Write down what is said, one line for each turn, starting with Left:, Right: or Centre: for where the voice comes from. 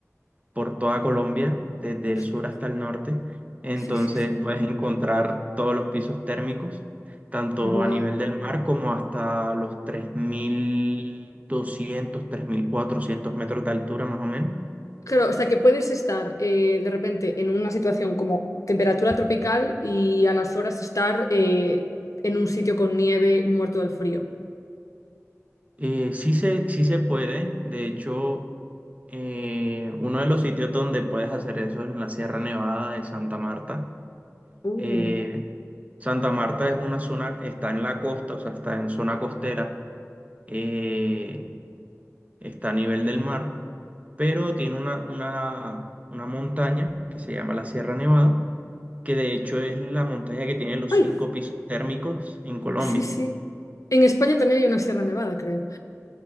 Right: por toda Colombia, desde
Left: Hostia,
Right: el sur hasta el norte. Entonces
Left: Sí, sí, sí.
Right: puedes encontrar todos los pisos térmicos, tanto
Left: Buah.
Right: a nivel del mar como hasta los tres tres mil doscientos, tres mil cuatrocientos metros de altura más o menos.
Left: Claro, o sea que puedes estar eh, de repente en una situación como temperatura tropical y a las horas estar eh, en un sitio con nieve muerto del frío.
Right: Eh, sí se, sí se puede. De hecho, eh, uno de los sitios donde puedes hacer eso es en la Sierra Nevada de Santa Marta.
Left: Uh.
Right: Eh, Santa Marta es una zona, está en la costa, o sea, está en zona costera, eh, está a nivel del mar, pero tiene una, una, una montaña que se llama la Sierra Nevada, que de hecho es la montaña que tiene los
Left: ¡Ay!
Right: cinco pisos térmicos en Colombia.
Left: Sí, sí. En España también hay una Sierra Nevada, creo.